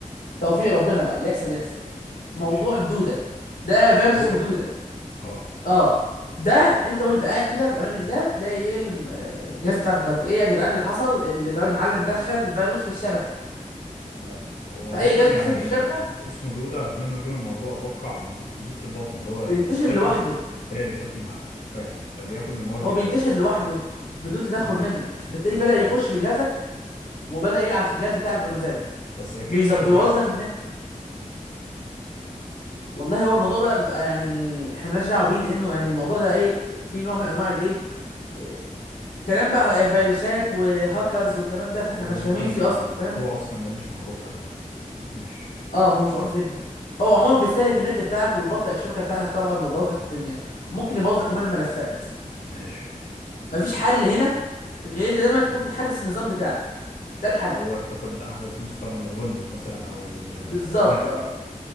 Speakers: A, on the left; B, on the left.
A: توفيق ربنا بقى اللي يحصل يحصل
B: ماشي
A: موضوع الدوده ده فيروس
B: الورم
A: اسمه دوده
B: اه
A: اه ده انت وانت قاعد كده في امان الله تلاقي ايه الم- الجهاز بتاعك اتهك- ايه يا جدعان اللي حصل ال- الراجل معلم دخل فيروس في الشبكه
B: تمام هو
A: فاي
B: دايما
A: جهاز
B: يعني
A: متصل بالشبكه
B: اسمه دودة كمنه جه من موضوع اتوقع مض- دودة البطن اللي هو لما
A: بينتشر
B: بتاكل
A: لوحده
B: هي اللي بتاكل معاك فاهم فبياخد من موارد
A: هو
B: الجهاز
A: بينتشر لوحده بدون تدخل
B: امم
A: منك بالتالي بدأ
B: تمام
A: يخش في جهازك وبدأ يلعب في الجهاز بتاعك بمزاجه
B: بس اكيد
A: بيظبط
B: ليه اسباب
A: بيبوظ لك النت والله هو الموضوع بقى بيبقى يعني احنا مالناش دعوه بيه لانه يعني الموضوع ده ايه في نوع من انواع الايه إيه، كلام بقى فيروسات وهاكرز والكلام ده فاحنا
B: وممكن
A: مش فاهمين فيه
B: الموضوع
A: اصلا فاهم
B: اصلا ده مش معروف قوي يعني ماشي
A: اه ما هو مش معروف جدا هو عموما بيستهلك النت بتاعك وبيبطئ الشبكه بتاعتك طبعا وبيبوظ لك الدنيا وممكن
B: تمام
A: يبوظ لك كمان الملفات
B: ماشي
A: مفيش حل هنا غير انت دايما تكون بتحدث النظام بتاعك ده الحل
B: اللي هو تاخد احدث نسخة من الويندوز مثلا او ال-
A: بالظبط
B: الماك
A: اه